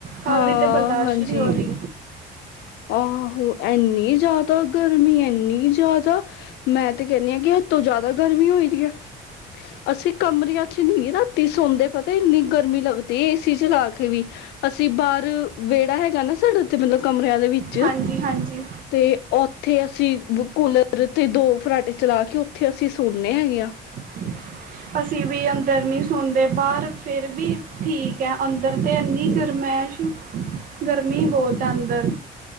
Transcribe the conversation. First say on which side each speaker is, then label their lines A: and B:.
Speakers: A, on the right (about 55°); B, on the left (about 80°).
A: ਹਾਲ
B: ਹਾਂ
A: ਦੀ ਤੇ ਬਰਦਾਸ਼ਤ
B: ਹਾਂਜੀ
A: ਈ ਨੀ ਹੋ ਰੀ।
B: ਆਹੋ ਐਨੀ ਜ਼ਿਆਦਾ ਗਰਮੀ ਐਨੀ ਜ਼ਿਆਦਾ ਮੈਂ ਤੇ ਕਹਿੰਨੀ ਆ ਕਿ ਹੱਥੋਂ ਜ਼ਿਆਦਾ ਗਰਮੀ ਹੋਈ ਦੀ ਐ। ਅਸੀਂ ਕਮਰਿਆਂ ਚ ਨੀ ਰਾਤੀ ਸੌਂਦੇ ਪਤਾ ਇੰਨੀ ਗਰਮੀ ਲੱਗਦੀ ਏਸੀ ਚਲਾ ਕੇ ਵੀ। ਅਸੀਂ ਬਾਹਰ ਵਿਹੜਾ ਹੈਗਾ ਨਾ ਸਾਡੇ ਉੱਥੇ ਮਤਲਬ ਕਮਰਿਆਂ ਦੇ ਵਿੱਚ,
A: ਹਾਂਜੀ ਹਾਂਜੀ
B: ਤੇ ਓ ਉੱਥੇ ਅਸੀਂ ਕੂਲਰ ਤੇ ਦੋ ਫਰਾਟੇ ਚਲਾ ਕੇ ਉੱਥੇ ਅਸੀਂ ਸੌਨੇ ਹੈਗੇ ਆ
A: <inaudible> ਅਸੀਂ ਵੀ ਅੰਦਰ ਨਹੀਂ ਸੌਦੇ ਬਾਹਰ ਫਿਰ ਵੀ ਠੀਕ ਹੈ ਅੰਦਰ ਤੇ ਇੰਨੀ ਗਰਮ ਐਸ਼ ਗਰਮੀ ਬਹੁਤ ਐ ਅੰਦਰ